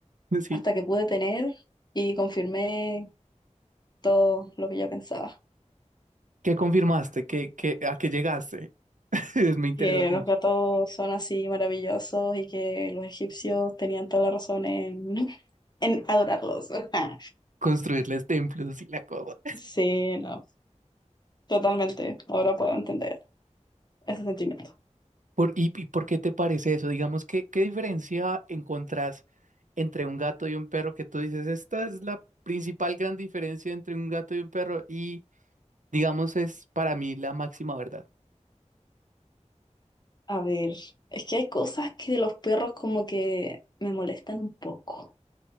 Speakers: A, on the right (about 85°); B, on the left (about 35°).
A: <laughs> Sí.
B: hasta que pude tener y confirmé todo lo que yo pensaba.
A: ¿Qué confirmaste? ¿Qué, qué, a qué llegaste? <laughs> Me interesa
B: Que
A: mucho
B: los gatos son así maravillosos y que los egipcios tenían toda la razón en, <laughs> en adorarlos. <laughs>
A: construirles templos y la cosa.
B: Sí, no, totalmente. Ahora puedo entender ese sentimiento.
A: Por, y, y por qué te parece eso? Digamos, ¿qué, qué diferencia encontrás entre un gato y un perro que tú dices, esta es la principal gran diferencia entre un gato y un perro y, digamos, es para mí la máxima verdad?
B: A ver, es que hay cosas que de los perros como que me molestan un poco.